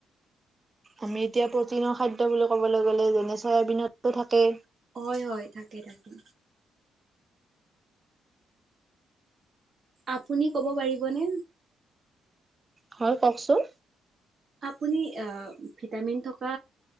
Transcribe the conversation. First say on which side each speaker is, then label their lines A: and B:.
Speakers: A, on the right; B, on the right.
A: আমি এতিয়া প্ৰ'টিনৰ খাদ্য বুলি ক'বলৈ গ'লে যেনে চয়াবিনতো থাকে।
B: হয়, হয়, থাকে থাকে। আপুনি ক'ব পাৰিবনে?
A: হয়, কওঁকচোন?
B: আপুনি আহ ভিটামিন থকা।